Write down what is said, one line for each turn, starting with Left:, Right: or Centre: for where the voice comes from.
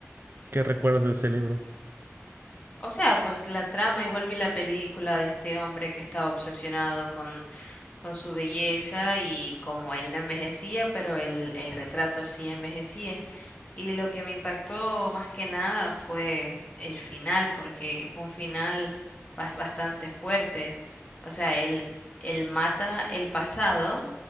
Right: ¿Qué recuerdas de ese libro?
Left: O sea, pues la trama, igual vi la película de este hombre que estaba obsesionado con con su belleza y como él no envejecía, pero el, el retrato sí envejecía. Y lo que me impactó más que nada fue el final, porque es un final ba- bastante fuerte. O sea, él, él mata el pasado,